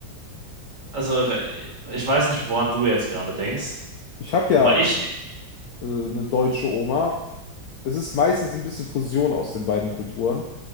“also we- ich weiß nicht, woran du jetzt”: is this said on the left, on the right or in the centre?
Right